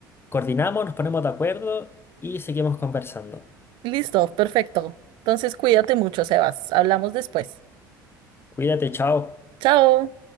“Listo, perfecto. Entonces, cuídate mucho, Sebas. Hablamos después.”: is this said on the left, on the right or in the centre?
Right